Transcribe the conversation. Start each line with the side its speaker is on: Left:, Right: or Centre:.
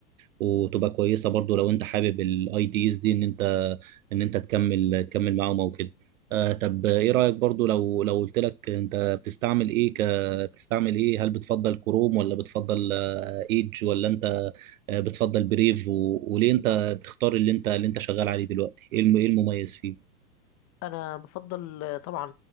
Right: وتبقى كويسه برضو لو انت حابب الاي دي اس دي ان انت ان انت تكمل تكمل معاهم او كده آه طب ايه رايك برضو لو لو قلت لك انت بتستعمل ايه ك بتستعمل ايه هل بتفضل كروم ولا بتفضل آه، ايدج ولا انت آه، بتفضل بريف و... وليه انت بتختار اللي انت اللي انت شغال عليه دلوقتي ايه الم... ايه المميز فيه
Left: انا بفضل آه، طبعا